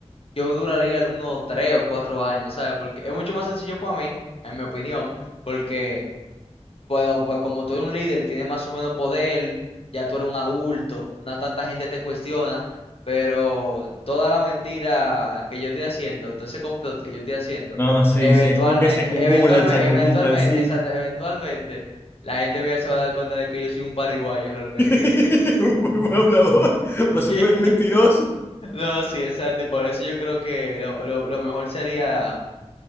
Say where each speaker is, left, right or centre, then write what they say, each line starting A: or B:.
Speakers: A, on the left; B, on the left.
A: yo duraría algunos tres o cuatro años, ¿sabes? Porque es mucho más sencillo para mí, en mi opinión, porque, bueno, pues como tú eres un líder, tienes más o menos poder, ya tú eres un adulto, no tanta gente te cuestiona, pero toda la mentira que yo estoy haciendo, todo ese complot que yo estoy haciendo,
B: No, sí,
A: eventualmente,
B: sí, como que se acumulan,
A: eventualmente,
B: se acumulan,
A: eventualmente,
B: sí.
A: exacto, eventualmente, la gente mía se va a dar cuenta de que yo soy un paraguayo realmente.
B: <laughs> Un buen hablador,
A: <laughs>
B: pues un men- mentiroso.
A: No, sí, exacto, y por eso yo creo que lo, lo, lo mejor sería